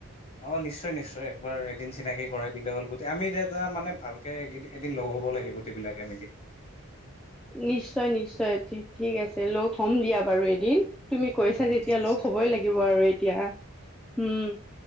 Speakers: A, on the left (about 25°); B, in the centre.
A: অ নিশ্চয় নিশ্চয় একবাৰ এদিন চিনাকি কৰাই দিলে হ'ল গুটেই আমি এতিয়াটা মানে ভালকে এদিন লগ হব লাগে গুট বিলাকে মিলি
B: নিশ্চয় নিশ্চয় ঠিক আছে লগ হ'ম দিয়া বাৰু এদিন, তুমি কৈছা
A: অ'
B: যেতিয়া
A: ঠিক আছে
B: লগ হবই লাগিব আৰু এতিয়া উম!